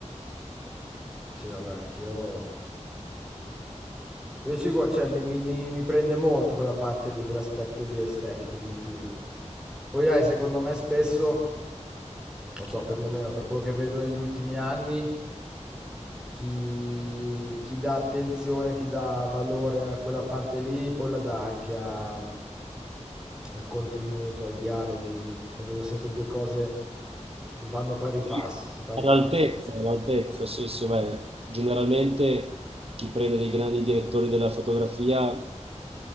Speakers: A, in the centre; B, on the right.
A: Sì, vabbè, anch'io... Io ci gua- cioè, mi, mi- mi- mi prende molto quella parte lì, quell'aspetto lì estetico di un film. Poi hai, secondo me, spesso, lo so, perlomeno per quello che vedo negli ultimi anni, chi, chi dà attenzione, chi dà valore a quella parte lì, poi la dà anche a- al contenuto, ai dialoghi. Ne vedo sempre due cose che vanno pari
B: Sì,
A: passo, di pari
B: All'altezza,
A: passo.
B: all'altezza, sì, sì, beh, generalmente chi prende dei grandi direttori della fotografia